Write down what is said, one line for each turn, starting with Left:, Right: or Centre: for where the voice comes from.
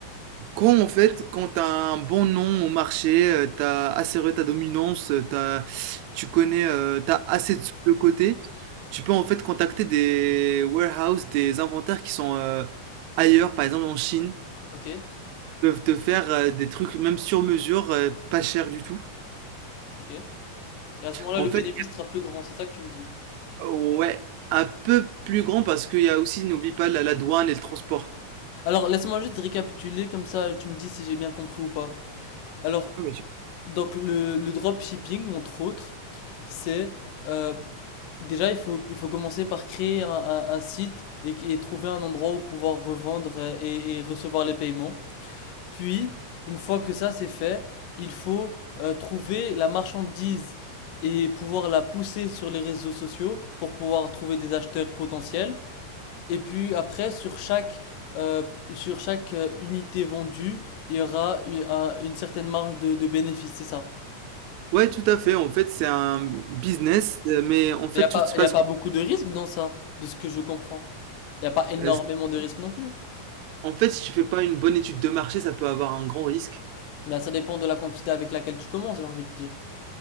Right: Quand en fait, quand tu as un bon nom au marché, euh, t'as assuré ta dominance, euh, t'as, tu connais, euh, t'as assez de sous de côté, tu peux en fait contacter des warehouses, des inventaires qui sont euh, ailleurs, par exemple en Chine,
Left: Ok,
Right: peuvent te faire euh, des trucs même sur mesure, euh, pas cher du tout.
Left: ok. Et à ce moment-là,
Right: En
Left: le
Right: fait,
Left: bénéfice sera plus grand, c'est ça que tu me dis.
Right: Ouais, un peu plus grand parce qu'il y a aussi, n'oublie pas, la, la douane et le transport.
Left: Alors, laisse-moi juste récapituler, comme ça tu me dis si j'ai bien compris ou pas. Alors,
Right: Ah, bien sûr.
Left: Donc le, le dropshipping, entre autres, c'est euh, déjà il faut il faut commencer par créer un, un, un site et, et trouver un endroit où pouvoir revendre euh, et, et recevoir les paiements. Puis une fois que ça c'est fait, il faut euh, trouver la marchandise et pouvoir la pousser sur les réseaux sociaux pour pouvoir trouver des acheteurs potentiels. Et puis après sur chaque euh, sur chaque euh, unité vendue, il y aura une, un- une certaine marge de, de bénéfice, c'est ça.
Right: Ouais, tout à fait. En fait, c'est un business, euh, mais en fait,
Left: Mais y a
Right: tout
Left: pas,
Right: se
Left: y
Right: passe.
Left: a pas beaucoup de risques dans ça, de ce que je comprends. Y a pas énormément
Right: euh,
Left: de risques non plus.
Right: En fait, si tu fais pas une bonne étude de marché, ça peut avoir un grand risque.
Left: Là, ça dépend de la quantité avec laquelle tu commences, j'ai envie de dire.